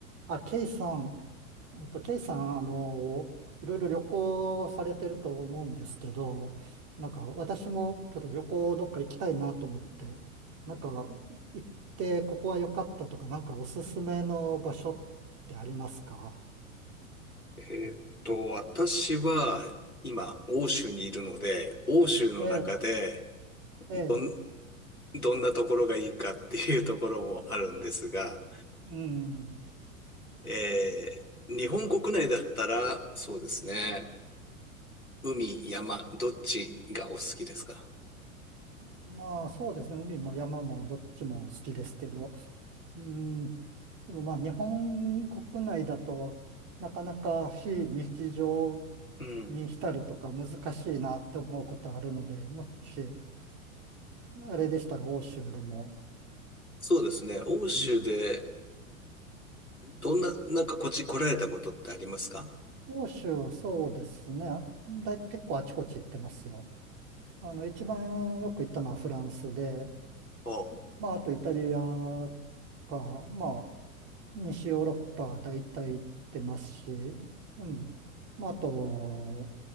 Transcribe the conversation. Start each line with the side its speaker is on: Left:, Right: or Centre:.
Right: あ、ケイさん、えっと、ケイさん、あの、いろいろ旅行されてると思うんですけど、なんか私もちょっと旅行どっか行きたいなと思って、なんか行ってここは良かったとか、なんかおすすめの場所ってありますか
Left: えーっと、私は今、欧州にいるので、欧州の中で
Right: ええ、ええ、
Left: どん、どんなところがいいかっていうところもあるんですが、
Right: うん。
Left: えー日本国内だったら、そうですね、海、山、どっちがお好きですか
Right: まあそうですね、海も山もどっちも好きですけど、うん、でもまあ日本国内だとなかなか非日常
Left: うん。
Right: に浸るとか難しいなって思うことあるので、もし、あれでしたら欧州でも。
Left: そうですね、欧州で、
Right: うん。
Left: どんな、なんかこっち来られたことってありますか
Right: 欧州はそうですね。だい、結構あちこち行ってますよ。あの、一番よく行ったのはフランスで、
Left: お、
Right: まあ、あとイタリアか、まあ、西ヨーロッパ大体行ってますし、うん。まあ、あと、